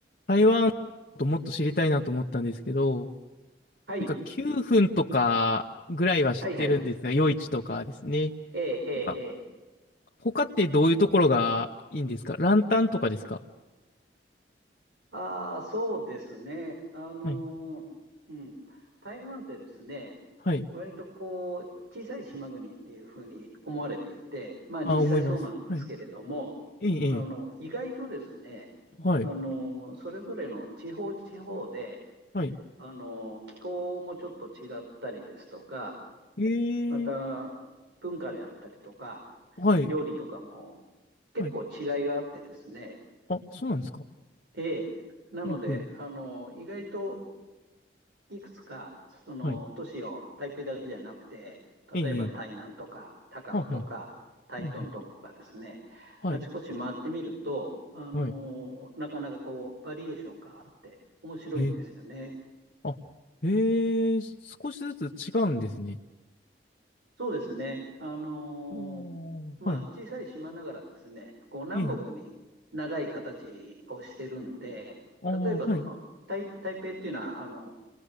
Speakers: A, on the left (about 50°); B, on the right (about 80°).
A: 台湾ともっと知りたいなと思ったんですけど、
B: はい、
A: なんか9分とかぐらいは知ってるんですが、
B: はい、はい。
A: 夜市とかですね。
B: ええ、ええ、
A: なんか
B: ええ。
A: 他ってどういうところがいいんですかランタンとかですか
B: ああ、そうですね。あのーうん。
A: はい。
B: 台湾ってですね、
A: はい。
B: 割とこう、小さい島国っていうふうに思われていて、まあ実際そうなんですけれども、
A: あ、思います。はい。ええ、
B: あの、
A: ええ。
B: 意外とですね、
A: はい。
B: あのーそれぞれの地方地方で、
A: はい。
B: あのー気候もちょっと違ったりですとか、
A: え
B: また文化であったりとか、
A: え、はい。
B: 料理とかも結構違いがあってですね、
A: はい。あ、そうなんですか
B: ええ。なので、
A: うんうん。
B: あの、意外といくつか、その都市を台北だけじゃなくて、
A: はい。ええ、
B: 例えば台南とか高雄とか台東とかですね、
A: ええ。はんはん。うんうん。はい。
B: あちこち回ってみると、あの、
A: はい。
B: なかなかこう、バリエーションがあって面白いんですよね。
A: ええ。あ、ええ、少しずつ違うんですね。
B: そうですね。あの、
A: あーはい。
B: まあ、小さい島ながらですね、こう、南北に長い形をしてるんで、
A: ええ。ああ、
B: 例えばその、
A: はい。
B: 台、台北っていうのは、あの、